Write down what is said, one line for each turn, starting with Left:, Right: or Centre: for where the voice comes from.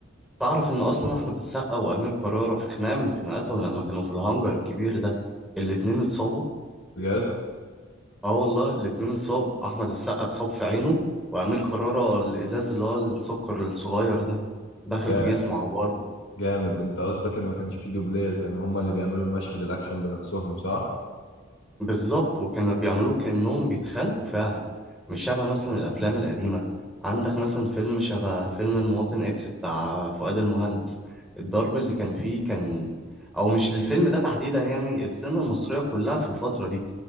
Centre: تعرف ان اصلا احمد السقا وامير كرارة في خناقه من خناقاتهم لما كانوا في الهانجر الكبير ده الاتنين اتصابوا
Left: بجد
Centre: اه والله الاتنين اتصابوا احمد السقا اتصاب في عينه وامير كرارة الازاز اللي هو السكر الصغير ده دخل
Left: جا-
Centre: في جسمه عوره
Left: جامد أنت قصدك إن ما كانش فيه دوبلير كان هما اللي بيعملوا المشهد الأكشن بنفسهم صح؟
Centre: بالظبط وكانوا بيعملوه كأنهم بيتخانقوا فعلا مش شبه مثلا الأفلام القديمة عندك مثلا فيلم شبه فيلم المواطن إكس بتاع فؤاد المهندس الضرب اللي كان فيه كان أو مش الفيلم ده تحديدا يعني السينما المصرية كلها في الفترة دي